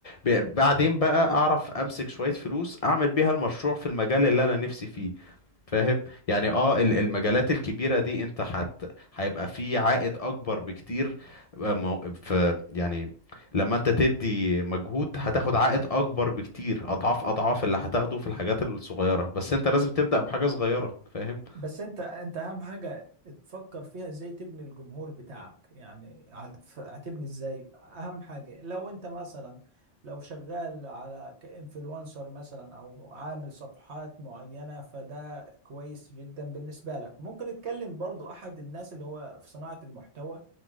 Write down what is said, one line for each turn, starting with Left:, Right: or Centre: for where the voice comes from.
Left: ب- بعدين بقى اعرف امسك شويه فلوس اعمل بيها المشروع في المجال اللي انا نفسي فيه فاهم يعني اه ال- المجالات الكبيرة دي انت حت هيبقى في عائد اكبر بكتير آه، مو- ف يعني لما انت تدي مجهود هتاخد عائد اكبر بكتير اضعاف اضعاف اللي هتاخده في الحاجات الصغيرة بس انت لازم تبدأ بحاجة صغيرة فاهم
Right: بس انت انت اهم حاجة تفكر فيها ازاي تبني الجمهور بتاعك يعني هتف- هتبني ازاي اهم حاجة لو انت مثلا لو شغال على كإنفلونسر مثلا او عامل صفحات معينة فده كويس جدا بالنسبة لك ممكن تكلم برضو احد الناس اللي هو في صناعة المحتوى